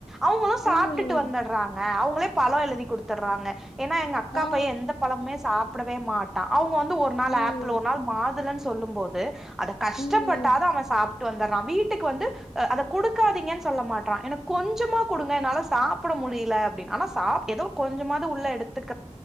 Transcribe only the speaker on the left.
ம்
ஆ
ம்
ம்